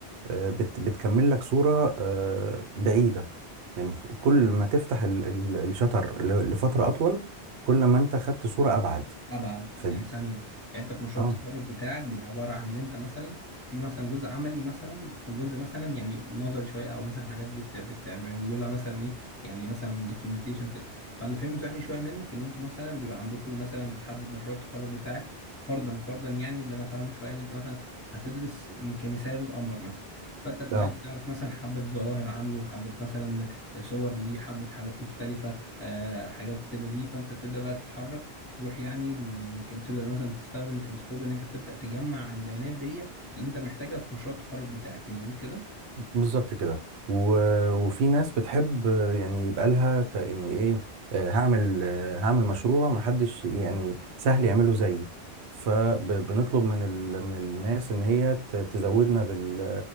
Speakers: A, on the right (about 80°); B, on the left (about 15°).
A: آه، بت بتكمل لك صورة آه، بعيدة يعني كل ما تفتح ال- ال- الشتر ل- لفترة أطول كل ما انت خدت صورة أبعد
B: ابعد
A: فدي
B: يعني ثانيه يعني انت في مشروع
A: اه
B: التخرج بتاعك بيبقى عباره عن ان انت مثلا في مثلا جزء عملي مثلا وجزء مثلا يعني نظري شويه او مثلا حاجات بت بتعملوا لها مثلا ايه يعني مثلا دوكيومنتيشن كده فاللي فهمته يعني شويه منك ان انتوا مثلا بيبقى عندكم مثلا بتحدد مشروع التخرج بتاعك فرضا فرضا يعني اللي انا فاهمه شويه ان انت مثلا هتدرس كمثال القمر مثلا فانت بتبقى
A: اه
B: عايز تعرف مثلا حبه ظواهر عنه حبه مثلا صور ليه حبه حالات مختلفه آه، حاجات كده ليه فانت تبدا بقى تتحرك تروح يعني المكان تبدا مثلا تستخدم التلسكوب ان انت تبدا تجمع البيانات دي اللي انت محتاجها في مشروع التخرج بتاعك مظبوط كده
A: بالظبط كده و... وفي ناس بتحب آه، يعني يبقى لها ت- يعني ايه آه، هعمل آه، هعمل مشروع محدش يعني سهل يعمله زيي فبنطلب من ال... من الناس ان هي ت- تزودنا بال